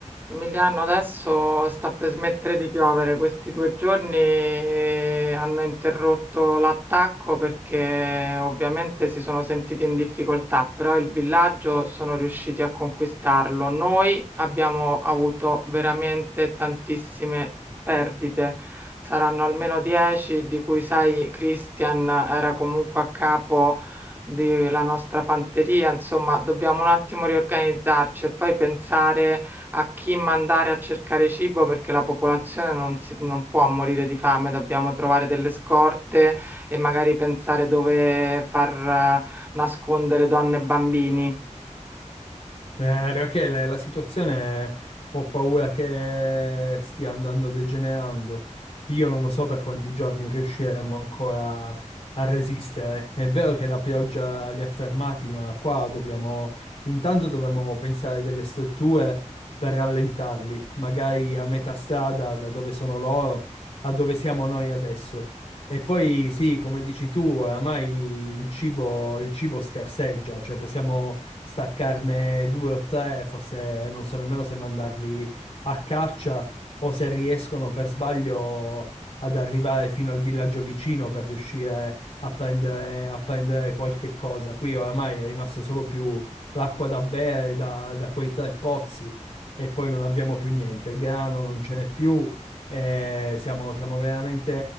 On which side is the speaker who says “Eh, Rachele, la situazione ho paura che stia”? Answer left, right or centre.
Left